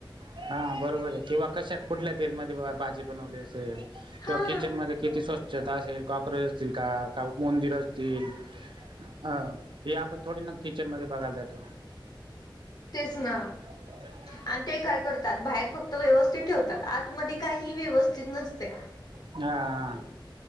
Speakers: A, on the right; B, on the left.
A: हा बरोबर आहे किंवा, कशा कुठल्या? तेल मध्ये बा भाजी बनवली असेल. किंवा
B: हां
A: किचन मध्ये किती स्वच्छता असेल कॉक्रोच असतील का, का उंदीर असतील. अ! हे आपण थोडी ना किचन मध्ये बघायला जातो.
B: तेच ना.
A: <unintelligible>
B: आणि ते काय करतात बाहेर फक्त व्यवस्थित ठेवतात, आत मध्ये काही व्यवस्थित नसते.
A: हा...